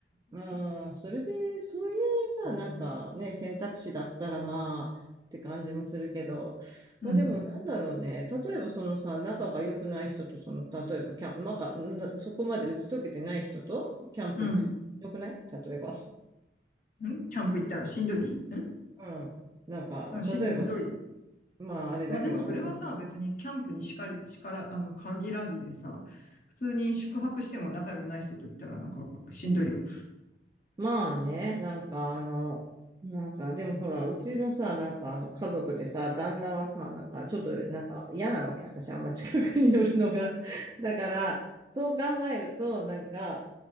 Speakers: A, on the right; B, on the left.
A: うん、それで、そういうさ、なんかね、選択肢だったらまあ、って感じもするけど、
B: うん。
A: まあでもなんだろうね、例えばそのさ、仲が良くない人と、その、例えばキャンプ、なか、んだそこまで打ち解けてない人と、キャンプ行く、
B: うん。
A: 良くない例えば。
B: んキャンプ行ったらしんどいん
A: うん。なんか、
B: うん、しんどい。
A: 例えばさ、まああれだけど、
B: まあでもそれはさ、
A: あの、
B: 別にキャンプにしかり、しから、あの、限らずでさ、普通に宿泊しても仲良くない人と行ったらなんかしんどいよ。
A: まあね、なんかあの、なんかでもほら、うちのさ、なんかあの家族でさ、旦那はさ、なんかちょっとなんか嫌なわけ、私あんま近くに寄るのが。<laughs> だから、そう考えると、なんか